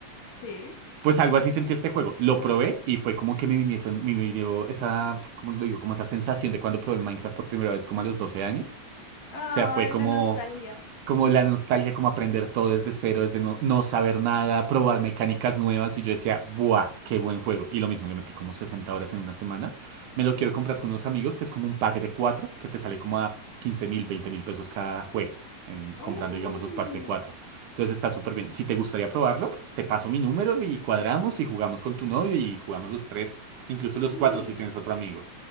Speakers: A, on the left; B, on the right.
A: sí.
B: Pues algo así sentí este juego. Lo probé y fue como que me vinieron, me vino esa, ¿cómo lo digo? Como esa sensación de cuando probé Minecraft por primera vez, como a los 12 años.
A: Ay,
B: O sea, fue como.
A: la nostalgia.
B: como la nostalgia, como aprender todo desde cero, desde no, no saber nada, probar mecánicas nuevas. Y yo decía, ¡buah! ¡Qué buen juego! Y lo mismo, le metí como 60 horas en una semana. Me lo quiero comprar con unos amigos, que es como un pack de cuatro, que te sale como a quince mil, veinte mil pesos cada juego, en- comprando,
A: Oh,
B: digamos, los packs de cuatro. Entonces está súper bien. Si te gustaría probarlo, te paso mi número y cuadramos y jugamos con tu novio y jugamos los tres, incluso
A: sí.
B: los cuatro si tienes otro amigo.